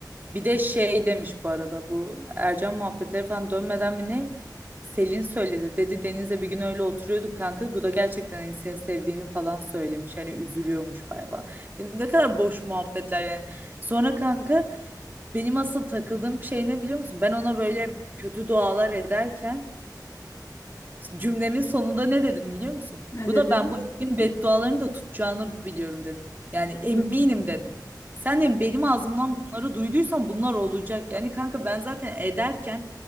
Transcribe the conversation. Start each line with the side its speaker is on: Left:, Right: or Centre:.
Right: Bir de şey demiş bu arada bu Ercan muhabbetleri falan dönmeden mi ne? Selin söyledi. Dedi Deniz'le bir gün öyle oturuyorduk kanka. Guda gerçekten hani seni sevdiğini falan söylemiş. Hani üzülüyormuş bayağı falan. Dedim, ne kadar boş muhabbetler yani. Sonra kanka benim asıl takıldığım şey ne biliyor musun? Ben ona böyle kötü dualar ederken Cümlemin sonunda ne dedim biliyor musun?
Left: Ne
Right: Bu
Left: dedin?
Right: da ben bu ettiğim beddualarını da tutacağını biliyorum dedim. Yani eminim
Left: Hı,
Right: dedim. Sen de benim ağzımdan bunları duyduysan bunlar olacak. Yani kanka ben zaten ederken